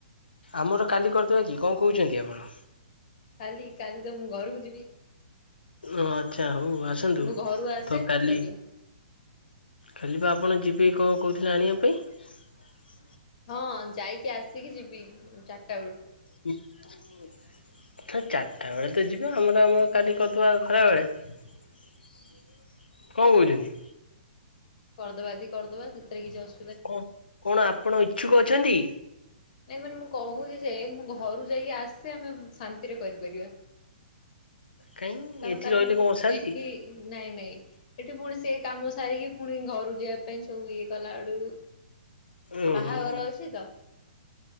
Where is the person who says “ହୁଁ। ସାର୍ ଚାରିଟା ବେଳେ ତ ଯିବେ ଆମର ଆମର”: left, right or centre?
Left